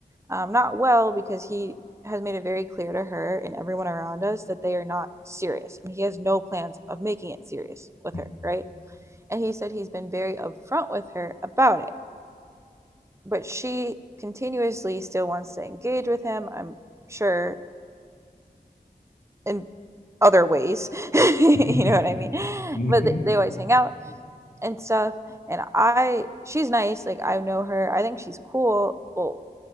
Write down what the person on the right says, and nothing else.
um, not well because he has made it very clear to her and everyone around us that they are not serious. And he has no plans of making it serious with
her, right? And he said he's been very upfront with her about it. But she continuously still wants to engage with him, I'm sure, in other ways. <laughs> you
know what I
mean? But
they, they always hang out and stuff. And I, she's nice. Like I know her. I think she's cool. Well,